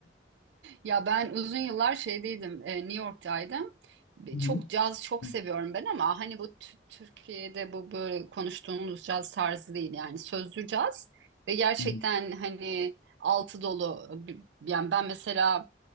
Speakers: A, on the right; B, on the left.
A: Ya ben uzun yıllar şeydeydim, e, New York'taydım. Bir-
B: Hı
A: Çok
B: hı,
A: caz çok
B: hı
A: seviyorum ben ama hani bu Tü- Türkiye'de bu böyle konuştuğumuz caz tarzı değil yani sözlü caz ve gerçekten
B: hı,
A: hani altı dolu. Bir- Yani ben mesela